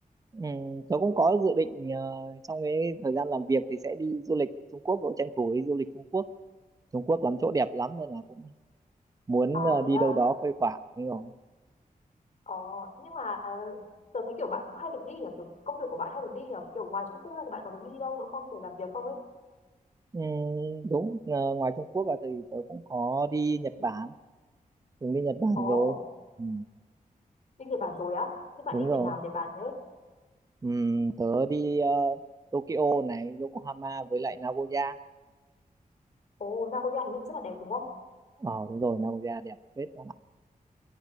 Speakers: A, on the right (about 25°); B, on the left (about 55°).
A: ừ, tớ cũng có dự định ờ, trong cái thời gian làm việc thì sẽ đi du lịch Trung Quốc cũng tranh thủ đi du lịch Trung Quốc Trung Quốc lắm chỗ đẹp lắm nên là cũng muốn
B: À
A: ờ, đi
B: thế à,
A: đâu đó khuây khỏa đúng rồi
B: ờ, nhưng mà uh, tớ thấy kiểu bạn cũng hay được đi nhỉ, kiểu công việc của bạn hay được đi nhỉ, kiểu ngoài Trung Quốc ra thì bạn có được đi đâu nữa không để làm việc không ấy?
A: Ừ, đúng ờ, ngoài Trung Quốc là thì tớ cũng có đi Nhật Bản từng đi Nhật Bản
B: Ồ,
A: rồi ừ,
B: đi Nhật Bản rồi á, thế bạn
A: đúng
B: đi
A: rồi
B: tỉnh nào ở Nhật Bản thế?
A: ừ, tớ đi ờ, Tokyo này Yokohama với lại Nagoya
B: Ồ, Nagoya hình như cũng rất là đẹp đúng không?
A: ờ đúng rồi Nagoya đẹp phết các bạn